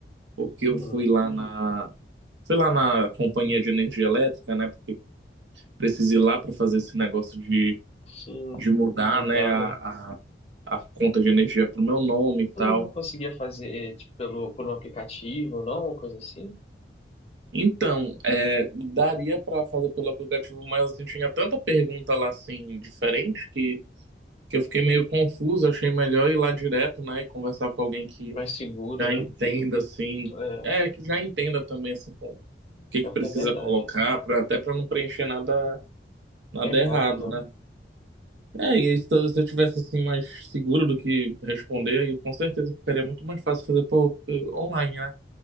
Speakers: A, on the right; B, on the left.
A: porque
B: Uhum.
A: eu fui lá na, fui lá na companhia de energia elétrica, né? Porque precisei ir lá para fazer esse negócio de,
B: Sim,
A: de mudar,
B: mudar,
A: né, a,
B: né?
A: a a conta de energia para o meu nome e tal.
B: Eu não conseguia fazer, eh, tipo, pelo, por um aplicativo ou não, uma coisa assim.
A: Então, é, daria para fazer pelo aplicativo, mas assim, tinha tanta pergunta lá assim, diferente, que, que eu fiquei meio confuso, achei melhor ir lá direto, né, e conversar com alguém que
B: Mais seguro,
A: já
B: né?
A: entenda, assim,
B: É,
A: é, que já entenda também, assim, com o que
B: pior
A: que precisa
B: que é verdade.
A: colocar, pra, até para não preencher nada, nada
B: É Errado,
A: errado,
B: né?
A: né. É, e aí, se eu se eu tivesse assim mais seguro do que responder, aí, com certeza ficaria muito mais fácil fazer por, por online, né?